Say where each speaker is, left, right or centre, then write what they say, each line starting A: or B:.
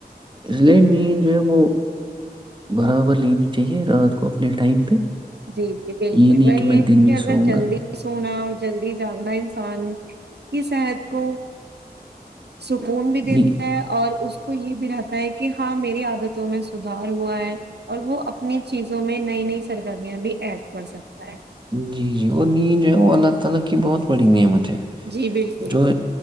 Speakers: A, on the right; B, on the right.
A: اس لیے نیند جو ہے وہ بھر وہ لینی چاہیے رات کو اپنے ٹائم پہ
B: جی جی بالکل
A: یہ نہیں
B: وہی
A: کہ میں
B: ہے کیکہ
A: دن میں
B: اگر
A: سوؤں
B: جلدی
A: گا
B: سونا جلدی جاگنا انسان کی صحت کو سکون بھی دیتا
A: نی-
B: ہے اور اس کو یہ بھی رہتا ہے کہ ہاں میری عادت میں سھار ہوا ہے اور وہ اپنی چیزوں میں نئی نئی سر گمیاں بھی ایڈ کر سکتا ہے
A: جی جی اور نیند ہے وہ اللہ تعالی کی بہت بڑی نعمت ہے
B: جی بالکل
A: تو